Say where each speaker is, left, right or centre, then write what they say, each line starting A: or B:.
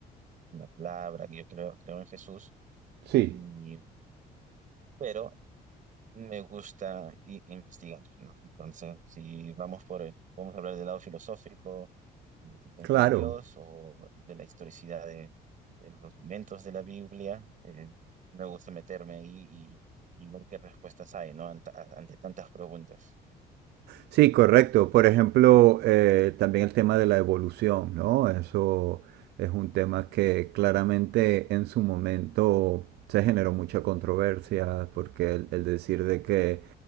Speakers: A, on the right (about 50°); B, on the right (about 75°).
A: en la palabra, yo creo, creo en Jesús, y,
B: Sí,
A: pero me gusta i- investigar, ¿no? Entonces, si vamos por el, vamos a hablar del lado filosófico, de la existencia
B: claro.
A: de Dios o de la historicidad de, de los documentos de la Biblia, eh, me gusta meterme ahí y, y ver qué respuestas hay, ¿no? Ante, ante tantas preguntas.
B: Sí, correcto. Por ejemplo, eh, también el tema de la evolución, ¿no? Eso es un tema que claramente en su momento se generó mucha controversia, porque el, el decir de que